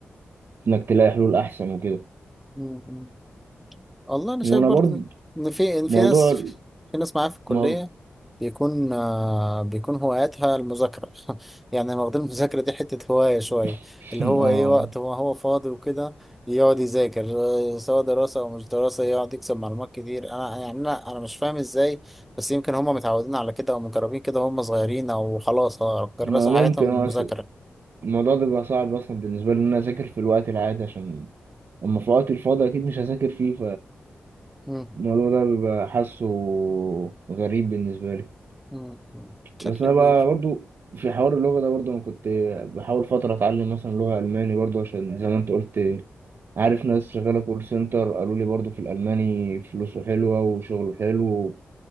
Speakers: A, on the right; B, in the centre.
A: انك تلاقي حلول احسن وكده
B: مم. والله أنا شايف
A: وانا
B: برضو
A: برضه
B: إن إن في إن في
A: موضوع
B: ناس في ناس معايا في الكلية
A: موضوع
B: بيكون آه بيكون هواياتها المذاكرة <laughs> يعني واخدين المذاكرة دي حتة هواية شوية
A: <laughs>
B: اللي هو
A: اه
B: إيه وقت هو هو فاضي وكده يقعد يذاكر آه، سواء دراسة أو مش دراسة يقعد يكسب معلومات كتير أنا يعني أنا أنا مش فاهم إزاي بس يمكن هما متعودين على كده أو مجربين كده وهم صغيرين أو خلاص آه، كرسوا
A: ما ممكن
B: حياتهم للمذاكرة
A: الموضوع ده بيبقى صعب اصلا بالنسبه لي ان انا اذاكر في الوقت العادي عشان اما في وقت الفاضي اكيد مش هذاكر فيه
B: مم.
A: فالموضوع ده بيبقى حاسه غريب بالنسبه لي
B: مم. بشكل
A: بس انا
B: كبير
A: بقى برضو في حوار اللغه ده برضو انا كنت بحاول فتره اتعلم مثلا لغه الماني برضو عشان زي ما انت قلت عارف ناس شغاله كول سنتر قالوا لي برضو في الالماني فلوسه حلوه وشغله حلو